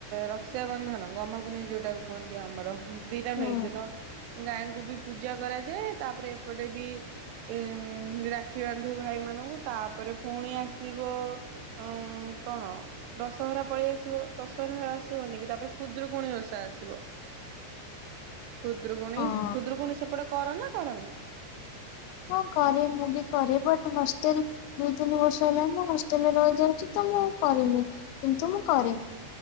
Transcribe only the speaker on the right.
ରକ୍ଷାବନ୍ଧନ ଗମାପୁନେଇ ଯେଉଁଟାକୁ କୁହନ୍ତି ଆମର ଦିଇଟା
ନଈଛି ନ। ଗାଈଁଙ୍କୁ ବି ପୂଜା କରାଯାଏ ତାପରେ ଏପଟେ ବି ଏ ଉଁ ରାକ୍ଷୀ ବାନ୍ଧିବ ଭାଇ ମାନଙ୍କୁ ତାପରେ ପୁଣି ଆସିବ ଉ କଣ ଦଶହରା ପଳେଇ ଆସିବ ଦଶହରା ଆସିବନି କି ତାପରେ ଖୁଦ୍ରରୁକୁୁଣି ଓଷା ଆସିବ। ଖୁଦ୍ରକୁୁଣୀ
ଖୁଦ୍ରକୁୁଣୀ ସେପଟେ କର ନା କରନି?